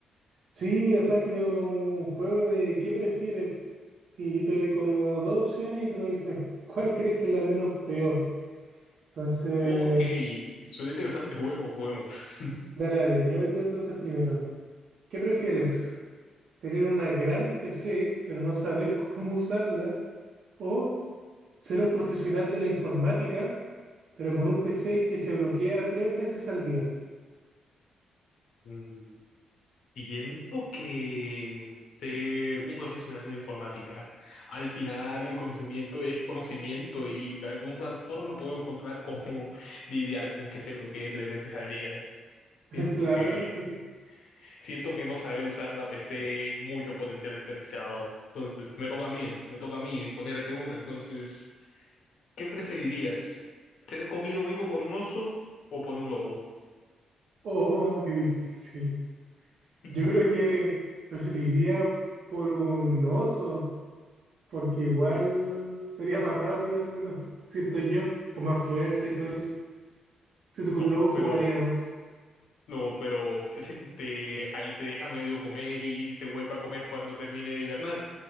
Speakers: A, on the right (about 60°); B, on the left (about 75°).
A: Sí, mira, sabes que tengo como un juego de ¿qué prefieres? Sí, yo te doy como dos opciones y tú me dices cuál crees que es la menos peor. Entonces,
B: Ok, suena interesante, juguemos, juguemos. <laughs>
A: dale, dale, yo la tiro entonces primero. ¿Qué prefieres? ¿Tener una gran PC pero no saber <laughs> cómo usarla? ¿O ser un profesional de la informática pero con un PC que se bloquea tres veces al día?
B: Mm, Siento que ser un profesional de la informática, al final el conocimiento es conocimiento y de alguna forma puedo encontrar cómo <laughs> lidiar con que se bloquee tres veces al día.
A: <laughs>
B: Siento
A: Claro,
B: que
A: sí.
B: Siento que no saber usar la PC es mucho potencial desperdiciado. Entonces, me toca a mí, me toca a mí ponerte una. Entonces, ¿qué preferirías? ¿Ser comido vivo por un oso o por un lobo?
A: Oh, qué difícil.
B: <laughs>
A: Yo creo que preferiría por un oso, porque igual
B: Por-
A: sería más rápido al menos, siento yo, con más fuerza y todo eso. Siento que
B: No,
A: un lobo jugaría
B: pero,
A: más.
B: no, pero <laughs> te, ahí te deja medio comer y te vuelve a comer cuando termine de hibernar.